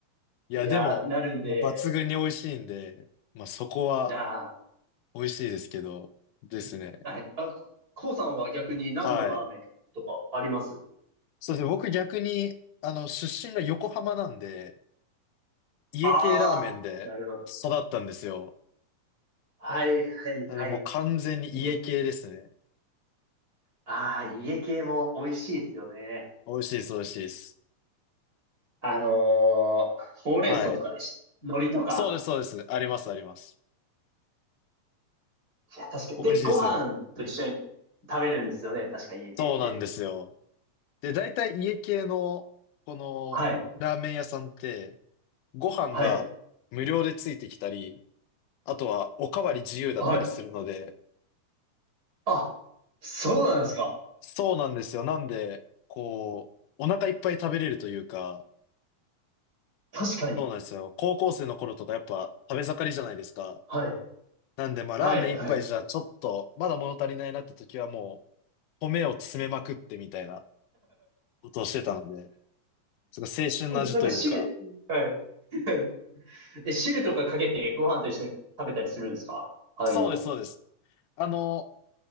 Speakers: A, on the left; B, on the right.
A: いや、
B: い。いや、
A: でも、
B: なるんで、
A: まあ、抜群に美味しいんで、まあ、そこは
B: いや
A: 美味しいですけど、ですね。
B: ー、はい。あ、こうさんは逆に何のラーメンとかあります
A: はい。そして僕逆に、あの、出身が横浜なんで、家系ラーメンで育ったんですよ。
B: ああー、なるほど。はいはいはい。
A: なのでもう完全に家系ですね。
B: 家、ああ、家系も美味しいですよね。
A: 美味しいです、美味しいです。
B: あのーほうれん草とかでし、
A: はい。
B: 海苔とか。
A: そうです、そうです。あります、あります。
B: いや、確かに。
A: 美味しいですよね。
B: で、ご飯と一緒に食べるんですよね。確か家系って。
A: そうなんですよ。で、大体家系の、この、
B: はい。
A: ラーメン屋さんって、ご飯が無料でついてきたり、
B: はい。
A: あとは、おかわり自由だったりするので、
B: はい。あ、そうなんですか。
A: そうなんですよ。なんで、こう、お腹いっぱい食べれるというか、
B: 確かに。
A: そうなんですよ。高校生の頃とかやっぱ食べ盛りじゃないですか。
B: はい。
A: なんで、まあ、ラーメン一杯じゃちょっと、
B: はい。はい。
A: まだ物足りないなって時はもう、米を詰めまくってみたいなことをしてたので、すごい青春の味というか、
B: うんなんか汁、はい。はい <laughs> え、汁とかかけてご飯と一緒に食べたりするんですかああいうの。
A: そうです、そうです。あの、